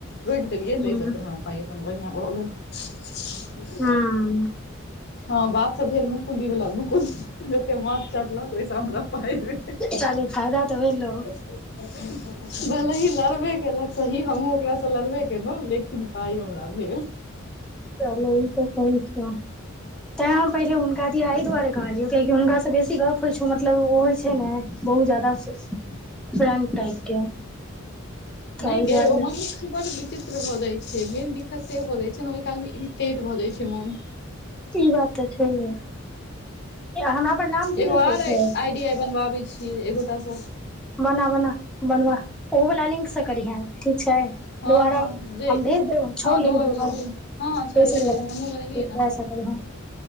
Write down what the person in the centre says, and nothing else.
हूं
हूं
साले फायदा तऽ भेलौ
चल ई त सही छौ तैं हम पहिले हुनका दिया अहि दुआरे कहलियौ कियेकि हुनकास से बेसी गप होइ छौ मतलब ओ होइ छै ने बहुत ज्यादा फ्रेंड टाइप के तऽ
ओहि
दुआरे
ई बात तऽ छैहे हमरा पर नाम की
देखबै
छै
बना बना बनवा ओ वला लिंक स करीहे ठीक छै
दोआरा
हम भेज देब छओ
लिंग
नेसर
वला
ओ
वइस ह <inaudible>